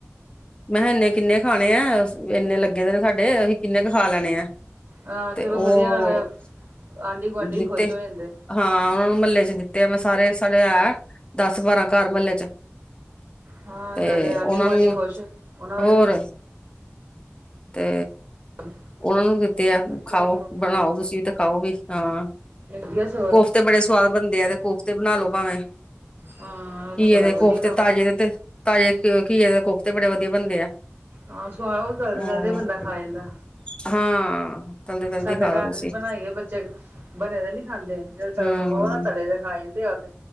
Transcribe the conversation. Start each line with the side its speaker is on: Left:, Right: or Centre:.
Left: ਮੈਂ ਕਿਹਾ ਇੰਨੇ-ਕਿੰਨੇ ਖਾਣੇ ਆ ਇੰਨੇ ਲੱਗੇ ਦੇ ਨੇ ਸਾਡੇ ਅਸੀਂ ਕਿੰਨੇ- ਕੁ ਖਾ ਲੈਣੇ ਆ।
Right: ਹਾਂ ਚਲੋ
Left: ਤੇ ਉਹ
Right: ਵਧੀਆ ਨਾਲ, ਆਂਢੀ ਗੁਆਂਢੀ ਵੀ
Left: ਦਿੱਤੇ
Right: ਖੁਸ਼ ਹੋ ਜਾਂਦੇ ਆ।
Left: ਹਾਂ ਉਹਨਾਂ ਨੂੰ ਮਹੱਲੇ ਚ ਦਿੱਤੇ ਆ ਮੈਂ ਸਾਰੇ ਸਾਡੇ ਹੈ ਦਸ- ਬਾਰਾਂ ਘਰ ਮਹੱਲੇ ਚ।
Right: ਹਾਂ
Left: ਤੇ
Right: ਨਾਲੇ ਆਂਢੀ
Left: ਉਹਨਾਂ
Right: ਗੁਆਂਢੀ
Left: ਨੂੰ
Right: ਖੁਸ਼ ਉਹਨਾਂ
Left: ਹੋਰ
Right: ਦਾ ਵੀ
Left: ਤੇ
Right: <unintelligible>
Left: ਉਹਨਾ ਨੂੰ ਦਿੱਤੇ ਆ
Right: ਵਧੀਆ
Left: ਖਾਓ
Right: ਸਗੋਂ
Left: ਬਣਾਓ ਤੁਸੀਂ ਵੀ ਤੇ ਖਾਓ ਵੀ ਹਾਂ।
Right: ਵਧੀਆ ਸੀ <unintelligible>
Left: ਕੋਫਤੇ ਬੜੇ ਸੁਆਦ ਬਣਦੇ ਆ ਕੋਫਤੇ ਬਣਾ ਲੋ ਭਾਵੇਂ।
Right: ਹਾਂ ਇਹ ਤੇ
Left: ਘੀਏ
Right: ਬੜਾ
Left: ਦੇ
Right: ਵਧੀਆ
Left: ਕੋਫਤੇ
Right: ਕੰਮ
Left: ਤਾਜ਼ੇ ਦੇ ਤੇ ਤਾਜ਼ੇ ਘੀਏ ਦੇ ਕੋਫਤੇ ਬੜੇ ਵਧੀਆ ਬਣਦੇ ਆ।
Right: ਹਾਂ ਸੁਵਾਦ ਉਹ ਤਲਦੇ
Left: ਹਮ
Right: ਤਲਦੇ ਬੰਦਾ ਖਾ ਜਾਂਦਾ।
Left: ਹਾਂ ਤਲਦੇ ਤਲਦੇ
Right: ਸਾਡੇ
Left: ਖਾ
Right: ਘਰ
Left: ਲੋ
Right: ਦੇ
Left: ਤੁਸੀਂ
Right: 'ਚ ਬਣਾਈਏ। ਬੱਚੇ ਬਣੇ ਵੇ ਨੀ ਖਾਂਦੇ ਜਿਹੜੇ ਚਲਣ
Left: ਹਮ
Right: ਉਹ ਨਾ ਤਲੇ ਹੋਏ ਖਾ ਜਾਂਦੇ ਆ। ਉਥੇ